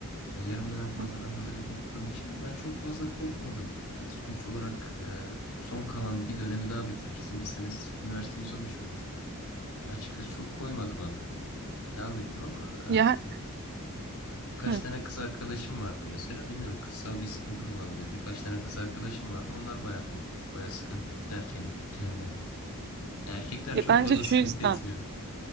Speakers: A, on the left; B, on the right.
A: E, Yarım dönem
B: Hı hı.
A: fazladan hazırlık okuduğum için de ben çok fazla korkmadım. E, Sonuç olarak e, son kalan bir dönemi daha bitirirsin. Bir sene s- üniversite uzamış olur. E, Açıkçası çok koymadı bana. Devam ettim ama
B: Ya,
A: e, birkaç
B: hı,
A: tane kız arkadaşım vardı mesela. Bilmiyorum kızsal bir sıkıntı da olabilir. Birkaç tane kız arkadaşım vardı. Onlar bayağı korkmuştu. Bayağı sıkıntı ettiler kendi- kendilerine. Erkekler
B: ya
A: çok
B: bence
A: fazla
B: şu
A: sıkıntı
B: yüzden
A: etmiyor.